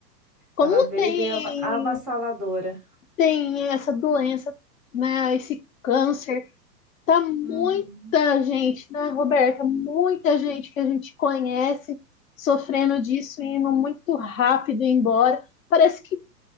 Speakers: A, on the left; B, in the centre.
A: Como
B: Ela veio
A: tem,
B: e veio ava- avassaladora.
A: tem essa doença, né? Esse câncer Tá muita
B: Uhum.
A: gente, né, Roberta? Muita gente que a gente conhece sofrendo disso e indo muito rápido embora. Parece que,